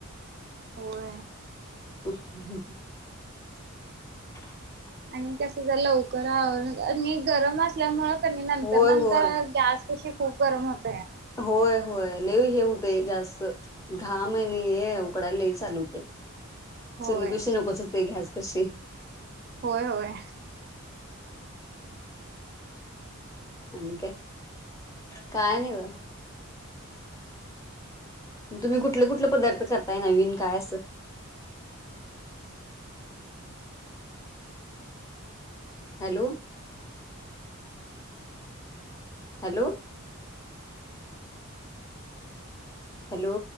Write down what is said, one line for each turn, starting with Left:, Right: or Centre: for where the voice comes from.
Right: होय
Left: <unintelligible>
Right: आणि त्या लवकर आवर आणि गरम असल्यामुळ नंतर
Left: होय
Right: नंतर
Left: होय
Right: गॅस कशी खूप गरम होतय
Left: होय होय हे होते जास्त घाम आणि हे लई उकडाय चालू होतंय
Right: होय
Left: चुली कशी नकोच होते घ्यास कशी
Right: होय होय
Left: आणि काय काय नाही बघा तुम्ही कुठले कुठले पदार्थ खातात काय नवीन काय असं हॅलो हॅलो हॅलो